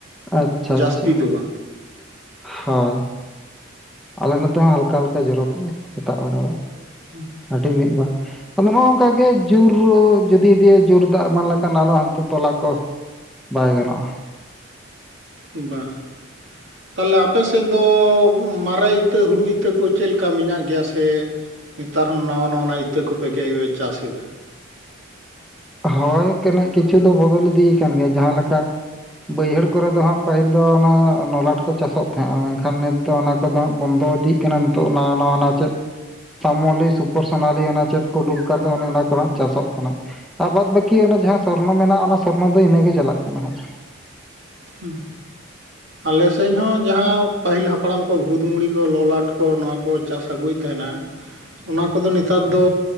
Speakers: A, in the centre; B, on the right.
A: ᱟᱪᱪᱷᱟ ᱟᱪᱪᱷᱟ
B: ᱡᱟᱹᱥᱛᱤ ᱫᱚ
A: ᱦᱳᱭ ᱟᱞᱮ ᱱᱚᱛᱮ ᱦᱚᱸ ᱦᱟᱞᱠᱟ ᱦᱟᱞᱠᱟ ᱡᱚᱨᱚ ᱠᱮᱫᱟᱭ ᱥᱮᱛᱟᱜ ᱵᱮᱲᱟ ᱫᱚ᱾
B: ᱦᱩᱸ
A: ᱟᱹᱰᱤ ᱢᱤᱫ ᱵᱟ ᱟᱫᱚ ᱱᱚᱜᱼᱚ ᱱᱚᱝᱠᱟ ᱜᱮ ᱡᱩᱨ ᱡᱩᱫᱤ ᱤᱫᱤᱭᱟᱭ ᱡᱳᱨ ᱫᱟᱜ ᱮᱢᱟᱱ ᱞᱮᱠᱷᱟᱱ ᱟᱨᱚ ᱦᱟᱱᱛᱮ ᱛᱚᱞᱟ ᱠᱚ ᱵᱟᱭ ᱜᱟᱱᱚᱜᱼᱟ
B: ᱵᱟᱝ
A: <inaudible>
B: ᱛᱟᱦᱚᱞᱮ ᱟᱯᱮ ᱥᱮᱫ ᱫᱚ ᱢᱟᱨᱮ ᱤᱛᱟᱹ ᱦᱩᱲᱩ ᱤᱛᱟᱹ ᱠᱚ ᱪᱮᱫ ᱞᱮᱠᱟ ᱢᱮᱱᱟᱜ ᱜᱮᱭᱟ ᱥᱮ ᱱᱮᱛᱟᱨ ᱦᱚᱸ ᱱᱟᱣᱟ ᱱᱟᱣᱟᱱᱟᱜ ᱤᱛᱟᱹ ᱠᱚᱯᱮ ᱪᱟᱥ ᱮᱫᱟ
A: ᱦᱚᱭ ᱠᱟᱹᱱᱤᱡ ᱠᱤᱪᱷᱩ ᱫᱚ ᱵᱚᱫᱚᱞ ᱤᱫᱤᱭ ᱟᱠᱟᱱ ᱜᱮᱭᱟ ᱡᱟᱦᱟᱸᱞᱮᱠᱟ ᱵᱟᱹᱭᱦᱟᱹᱲ ᱠᱚᱨᱮ ᱫᱚ ᱦᱟᱸᱜ ᱯᱟᱹᱦᱤᱞ ᱫᱚ ᱚᱱᱟ ᱱᱚᱞᱟᱴ ᱠᱚ ᱪᱟᱥᱚᱜ ᱛᱟᱦᱮᱸᱜᱼᱟ ᱢᱮᱱᱠᱷᱟᱱ ᱱᱤᱛ ᱫᱚ ᱚᱱᱟ ᱠᱚᱫᱚ ᱦᱟᱸᱜ ᱵᱚᱱᱫᱚ ᱤᱫᱤᱜ ᱠᱟᱱᱟ ᱱᱤᱛᱚᱜ ᱱᱟᱣᱟ ᱱᱟᱣᱟ ᱱᱟ ᱪᱮᱫ ᱥᱟᱢᱚᱞᱤ ᱥᱩᱯᱩᱨ ᱥᱳᱱᱟᱞᱤ ᱚᱱᱟ ᱪᱮᱫ ᱠᱚ ᱩᱰᱩᱠ ᱟᱠᱟᱱ ᱫᱚ ᱚᱱᱮ ᱚᱱᱟ ᱠᱚ ᱦᱟᱸᱜ ᱪᱟᱥᱚᱜ ᱠᱟᱱᱟ ᱟᱨ ᱵᱟᱫ ᱵᱟᱹᱠᱤ ᱚᱱᱮ ᱡᱟᱦᱟᱸ ᱥᱚᱨᱱᱚ ᱢᱮᱱᱟᱜᱼᱟ ᱚᱱᱟ ᱥᱚᱨᱱᱚ ᱫᱚ ᱤᱱᱟᱹᱜᱮ ᱪᱟᱞᱟᱜ ᱠᱟᱱᱟ ᱦᱟᱸᱜ᱾
B: ᱦᱮᱸ ᱟᱞᱮ ᱥᱮᱫ ᱦᱚᱸ ᱡᱟᱦᱟᱸ ᱯᱟᱹᱦᱤᱞ ᱦᱟᱯᱲᱟᱢ ᱠᱚ ᱵᱷᱩᱛ ᱢᱩᱲᱤ ᱠᱚ ᱞᱚᱞᱟᱴ ᱠᱚ ᱱᱚᱣᱟ ᱠᱚ ᱠᱚ ᱪᱟᱥ ᱟᱹᱜᱩᱭᱮᱫ ᱛᱟᱦᱮᱸᱱᱟ ᱚᱱᱟ ᱠᱚᱫᱚ ᱱᱮᱛᱟᱨ ᱫᱚ